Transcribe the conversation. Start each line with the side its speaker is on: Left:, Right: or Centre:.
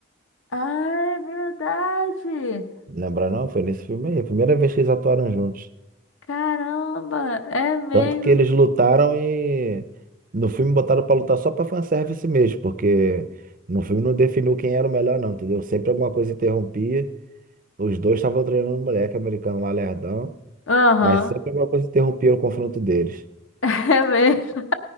Left: Ah, é verdade!
Right: Lembra não? Foi nesse filme aí, a primeira vez que eles atuaram juntos.
Left: Caramba, é mesmo.
Right: Tanto que eles lutaram e no filme botaram pra lutar só pra fanservice mesmo, porque no filme não definiu quem era o melhor não, entendeu? Sempre alguma coisa interrompia. Os dois estavam treinando um moleque americano lá lerdão,
Left: Aham,
Right: mas sempre alguma coisa interrompia o confronto deles.
Left: <laughs> é mesmo.